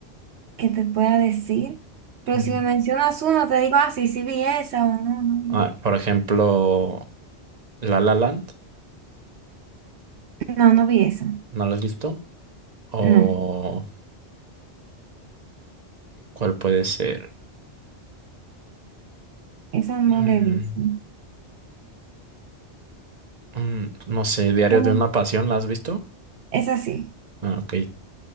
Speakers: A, on the right; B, on the right.
A: que te pueda decir, pero
B: Mm.
A: si me mencionas uno te digo, ah, sí, sí vi esa o no, no vi.
B: Ah, por ejemplo, La La Land.
A: No, no vi esa.
B: ¿No lo has visto? O
A: No,
B: ¿cuál puede ser?
A: esa no
B: Mm,
A: la he visto.
B: Mm, no sé, Diario
A: No,
B: de una Pasión, ¿la has visto?
A: Esa sí.
B: Ah, ok.